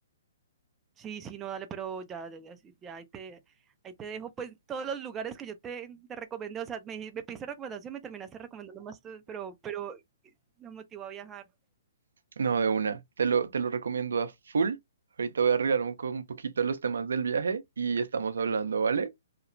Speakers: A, on the right; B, on the right.
A: Sí, sí, no, dale, pero ya, ya, ya, sí, ya, ahí te, ahí te dejo pues todos los lugares que yo te, te recomendé, o sea, me, dij- me pediste recomendación, me terminaste recomendando más, tú, pero, pero me motivó a viajar.
B: No, de una, te lo, te lo recomiendo a full. Ahorita voy a arreglar un, co- un poquito los temas del viaje y estamos hablando, ¿vale?